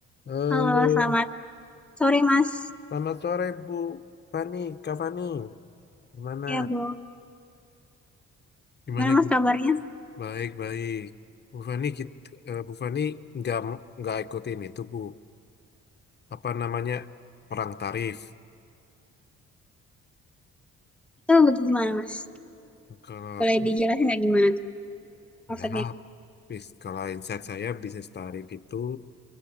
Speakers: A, on the left; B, in the centre.
A: Halo,
B: Halo, selamat sore Mas.
A: selamat sore Bu Fani, Kak Fani, gimana?
B: Ya, Bu.
A: Gimana?
B: Gimana Mas
A: Ki?
B: kabarnya?
A: Baik, baik. Bu Fani, kita, eh, Bu Fani nggak nggak ikutin itu Bu. Apa namanya perang tarif?
B: Itu gimana Mas?
A: Kalau
B: Boleh
A: aku
B: dijelasin nggak gimana tuh maksudnya?
A: ya, bis- kalau insight saya bisnis tarif itu